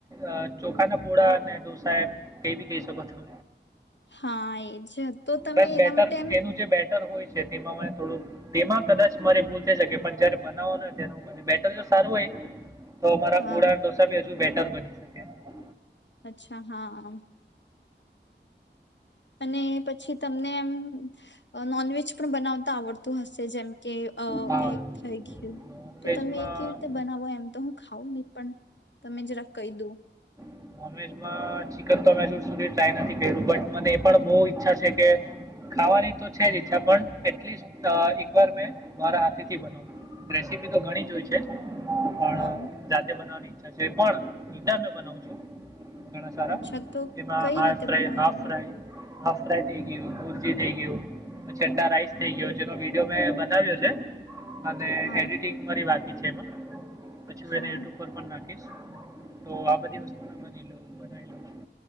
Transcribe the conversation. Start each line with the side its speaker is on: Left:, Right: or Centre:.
Right: અ ચોખા ના પોળા અને ઢોસા એમ કઈ બી કહી શકો તમે
Left: હા એજ તો તમે
Right: બસ
Left: એના
Right: બેટર
Left: માટે એમ
Right: એનું જે બેટર હોય છે તેમાં થોડું તેમાં કદાચ મારે ભૂલ થઈ શકે પણ જયારે બનાવો ત બેટર તો સારું હોય તો અમારા
Left: હા
Right: પુડા ઢોસા બી હજુ બેટર બની <inaudible>
Left: અચ્છા હા અને પછી તમને એમ નોનવેજ પણ બનાવતા આવડતું હશે જેમ કે
Right: હા
Left: એક થઈ ગયું
Right: નોનવેજમાં
Left: તો તમે એ કેવી રીતે બનાવો એમ તો હું ખાવં નહી પણ તમે જરાક કહી દઉ
Right: ચ તો મેધી ટ્રાય નથી કર્યું બટ મને એ પણ બહ ઈચ્છા છે કે ખાવાની તો છે જ ઈચ્છા પણ એટ એકવાર મે મારા હાથી બ તો ઘણી જ હોય છે પણ
Left: હા
Right: જાતે બનાવાની છે પણ ઘણા સારા
Left: અચ્છા તો
Right: એમાં
Left: કઈ
Right: હા
Left: રીતે
Right: ફ્રાય
Left: બનાવો
Right: હાફ
Left: તમે
Right: ફાય હાફ ફ્રાય થઈ ગયું કુરજી થઇ ગયું ચડા રાઈસ થઈ ગયો જેનો વિડીયો મેં બનાવ્યો છે. અને
Left: હા
Right: એડિટિંગ મારી બાકી છે એમાં પછી વ
Left: હા
Right: ટર પણ નાખી તો આ બધી વસ્તુ લ બનાવી લઉ છું